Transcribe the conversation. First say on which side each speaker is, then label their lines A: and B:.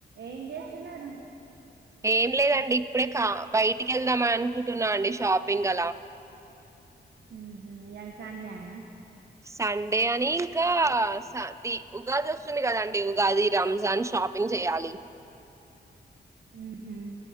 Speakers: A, on the right; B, on the right.
A: ఏం చేస్తున్నారు?
B: ఏం లేదండి, ఇప్పుడే కా బయటికి వెళ్దామని అనుకుంటున్నా అండి షాపింగ్ అలా.
A: ఉహూ ఈయలసండే అనా.
B: సండే అని ఇంకా అది ఉగాది వస్తుంది కదాండి ఉగాది, రంజాన్ షాపింగ్. జేయాలి.
A: ఉహు